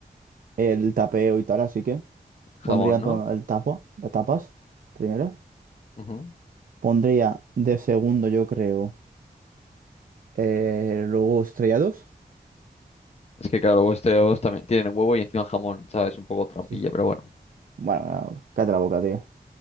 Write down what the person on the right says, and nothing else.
el tapeo y tal, así que
pondría
to- el tapo, las tapas primeras.
Pondría de segundo, yo creo, eh, luego estrellados.
Sí. sí.
Bueno, cállate la boca, tío.